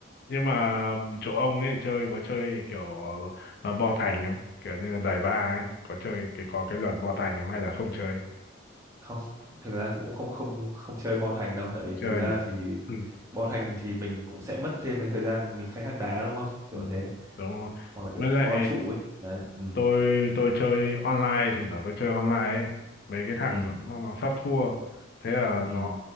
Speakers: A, on the left; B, on the right.
A: nhưng mà chỗ ông ấy chơi có chơi kiểu ờ, bo thành không kiểu như là đẩy ba ấy có chơi cái có cái luật bo thành không hay là không chơi
B: không thực ra
A: không,
B: thì cũng không không không chơi Bo Thành đâu tại
A: không
B: vì
A: chơi
B: thực ra
A: nhỉ
B: thì
A: ừ.
B: Bo Thành thì mình cũng sẽ mất thêm cái thời gian mình khai thác đá đúng không kiểu
A: ừ.
B: thế
A: đúng rồi
B: hoặc là kiểu
A: với lại
B: bo trụ ấy đấy ừ
A: tôi tôi chơi online thỉnh thoảng tôi chơi online ấy. mấy cái thằng
B: ừ
A: nó nó sắp thua thế là
B: ừ
A: nó